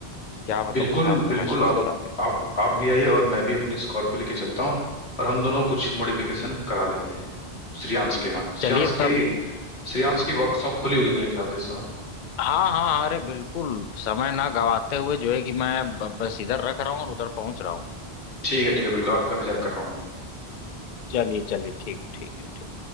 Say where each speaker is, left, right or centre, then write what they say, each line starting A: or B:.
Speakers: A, on the left; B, on the left.
A: क्या मतलब
B: बिल्कुल
A: उसमें आपको
B: बिल्कुल
A: महसूस
B: आप
A: हो रहा है
B: आप आप भी आइए और मैं भी अपनी स्कॉर्पियो लेके चलता हूँ और हम दोनों कुछ मॉडिफिकेशन करा लेते हैं श्रियांश के यहाँ श्रियांश
A: चलिए
B: के
A: तब
B: श्रियांश की वर्कशॉप खुली होगी मेरे ख्याल से इस समय
A: हाँ हाँ अरे बिल्कुल समय ना गवाते हुए जो है कि मैं ब- बस इधर रख रहा हूँ और उधर पहुंच रहा हूँ
B: ठीक है ठीक है बिल्कुल आपका इंतजार कर रहा हूँ मैं।
A: चलिए चलिए ठीक ठीक है ठीक